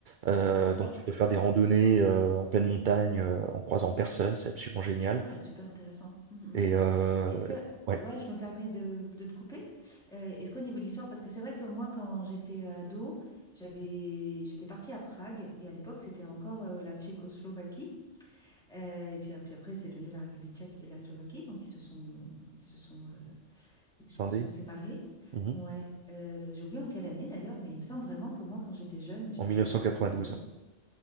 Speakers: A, on the right (about 55°); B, in the centre.
A: Euh,
B: D'accord.
A: donc tu peux faire des randonnées euh, en pleine montagne euh, en croisant personne, c'est absolument génial.
B: Ouais, super intéressant. Mmh
A: Et
B: mh.
A: euh,
B: Est-ce que,
A: ouais,
B: ouais, je me permets de, de te couper. Euh, est-ce qu'au niveau d'histoire, parce que c'est vrai que moi, quand j'étais ado, j'avais, j'étais partie à Prague et à l'époque, c'était encore euh, la Tchécoslovaquie. Euh, et puis, puis après, c'est devenu la République tchèque et la Slovaquie. Donc, ils se sont, ils se sont, euh, ils
A: Scindé,
B: se sont séparés.
A: mhm,
B: Ouais. Euh, j'ai oublié en quelle année d'ailleurs, mais il me semble vraiment que moi, quand j'étais jeune, mais j'étais
A: en 1992.
B: jeune, hein, j'étais ado.